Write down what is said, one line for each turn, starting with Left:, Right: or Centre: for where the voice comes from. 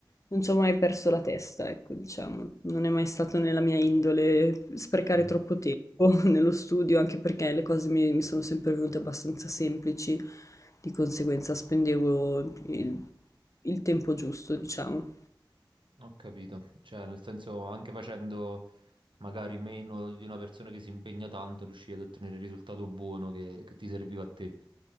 Left: Non ci ho mai perso la testa, ecco, diciamo. Non è mai stato nella mia indole sprecare
Right: Mm,
Left: troppo tempo <laughs> nello studio, anche perché le cose mi, mi sono sempre venute abbastanza semplici, di conseguenza spendevo il, il tempo giusto, diciamo.
Right: ho capito, cioè nel senso anche facendo magari meno di una persona che si impegna tanto, riuscivi ad ottenere il risultato buono che che ti serviva a te.